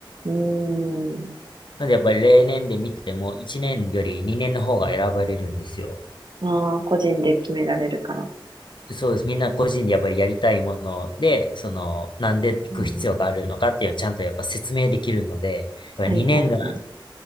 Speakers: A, on the right; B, on the left.
A: うーん。
B: なんでやっぱり例年で見ても、一年より二年の方が選ばれるんですよ。
A: ああ、個人で決められるから。
B: そうです。みんな個人でやっぱりやりたいもので、その、なんで行く必要があるのかっていうのをちゃんとやっぱ説明できるので、
A: うん。
B: やっぱ2年が
A: はいはいはい。